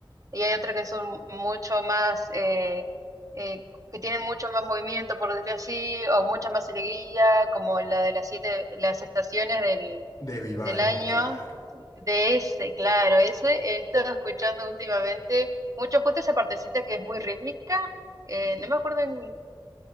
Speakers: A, on the right; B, on the left.
A: y hay otras que son mucho más, eh, eh, que tienen mucho más movimiento, por decir así, o mucha más alegría, como la de las siete, las estaciones del,
B: de Vivaldi,
A: del año,
B: claro.
A: de ese, claro, ese he estado escuchando últimamente mucho justo esa partecita que es muy rítmica, eh, no me acuerdo en-